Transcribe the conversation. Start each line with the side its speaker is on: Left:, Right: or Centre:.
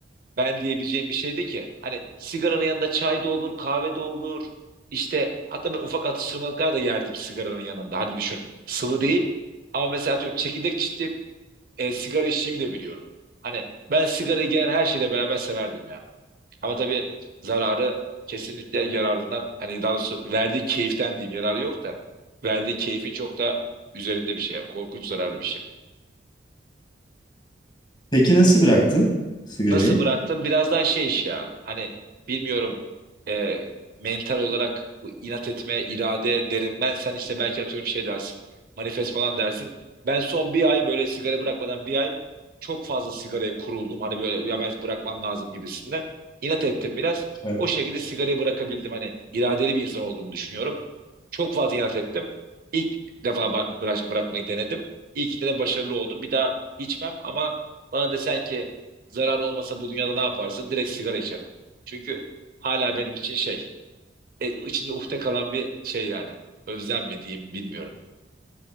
Right: ben diyebileceğim bir şeydi ki. Hani sigaranın yanında çay da olur, kahve de olur. İşte hatta ben ufak atıştırmalıklar da yerdim sigaranın yanında. Hani düşün sıvı değil. Ama mesela atıyorum çekirdek çitleyip e, sigara içtiğimi de biliyorum. Hani ben sigarayı gelen her şeyle beraber severdim ya. Ama tabii zararı kesinlikle yararından hani daha doğrusu verdiği keyiften diyeyim yararı yok da verdiği keyfin çok da üzerinde bir şey. Korkunç zararlı bir şey.
Left: Peki nasıl bıraktın sigarayı?
Right: Nasıl bıraktım? Biraz daha şey iş ya. Hani bilmiyorum e, mental olarak bu inat etme, irade derim. Ben sen işte belki atıyorum şey dersin. Manifest falan dersin. Ben son bir ay böyle sigara bırakmadan bir ay çok fazla sigaraya kuruldum. Hani böyle ya ben bırakmam lazım gibisinden. İnat ettim biraz.
Left: Evet.
Right: O şekilde sigarayı bırakabildim. Hani iradeli bir insan olduğumu düşünüyorum. Çok fazla inat ettim. İlk defa bak bırak, bırakmayı denedim. İlk de, de başarılı oldum. Bir daha içmem ama bana desen ki zarar olmasa bu dünyada ne yaparsın? Direkt sigara içerim. Çünkü hala benim için şey, e, içinde ufte kalan bir şey yani. Özlem mi diyeyim bilmiyorum.